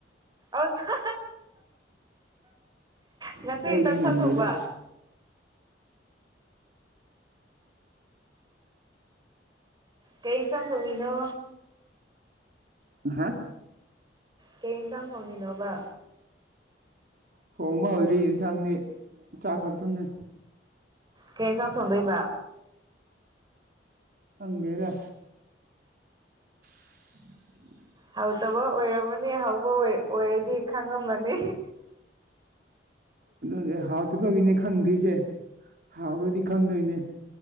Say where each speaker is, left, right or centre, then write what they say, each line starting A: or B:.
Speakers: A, on the right; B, on the right.
A: ꯑꯁ ꯉꯁꯤ
B: ꯑꯇꯩꯗꯤ
A: ꯈꯛꯇꯥ
B: ꯉꯟꯗꯦꯗ
A: ꯆꯥꯛ ꯊꯣꯡꯕ ꯀꯩ ꯏꯟꯁꯥꯡ ꯊꯣꯡꯉꯤꯅꯣ
B: ꯑꯍꯥ
A: ꯀꯩ ꯏꯟꯁꯥꯡ ꯊꯣꯡꯉꯤꯅꯣꯕ
B: ꯊꯣꯡꯕ ꯍꯧꯗ꯭ꯔꯤ ꯌꯦꯟꯁꯥꯡꯗꯤ ꯆꯥꯛ ꯈꯛꯇꯪꯅꯦ
A: ꯀꯩ ꯏꯟꯁꯥꯡ ꯊꯣꯡꯗꯣꯏꯕ
B: ꯈꯪꯗꯦꯗ <inaudible>
A: ꯍꯥꯎꯇꯕ ꯑꯣꯏꯔꯝꯃꯅꯤ ꯍꯥꯎꯕ ꯑꯣꯏ ꯑꯣꯏꯔꯗꯤ ꯈꯪꯉꯝꯃꯅꯤ
B: ꯑꯗꯨꯅꯅꯦ ꯍꯥꯎꯇꯕꯒꯤꯅꯦ ꯈꯪꯗ꯭ꯔꯤꯁꯦ ꯍꯥꯎꯔꯗꯤ ꯈꯪꯗꯣꯏꯅꯦ